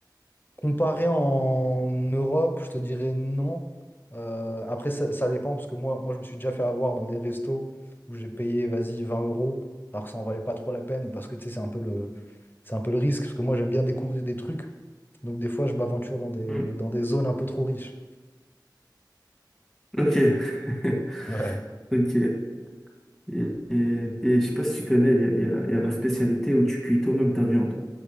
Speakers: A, on the left; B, in the centre.
A: Comparé en Europe, je te dirais non. Euh, après, ça, ça dépend, parce que moi, moi, je me suis déjà fait avoir dans des restos où j'ai payé, vas-y, 20 euros, alors que ça en valait pas trop la peine, parce que tu sais, c'est un peu le, c'est un peu le risque, parce que moi, j'aime bien découvrir des trucs. Donc, des fois, je m'aventure dans des,
B: Mm.
A: dans des zones un peu trop riches.
B: Ok, <laughs>
A: Ouais.
B: ok. Et, et, et je sais pas si tu connais, il y a, il y a- il y a la spécialité où tu cuis toi-même ta viande.